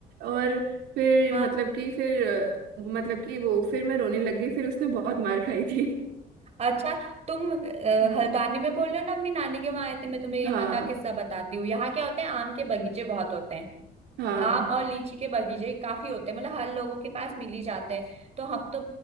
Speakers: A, on the right; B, on the right.
A: और फिर
B: हाँ
A: मतलब कि फिर अ, मतलब कि वो फिर मैं रोने लग गई फिर उसने बहुत मार खाई थी
B: अच्छा तुम अ,
A: हाँ
B: हल्द्वानी में बोल रहे हो ना अपनी नानी के वहां आए थे मैं तुम्हें यहाँ
A: हाँ
B: का किस्सा बताती हूँ यहाँ क्या होते हैं आम के बगीचे बहुत होते हैं
A: हाँ।
B: आम और लीची के बगीचे काफी होते हैं मतलब हर लोगों के पास मिल ही जाते हैं तो हम तो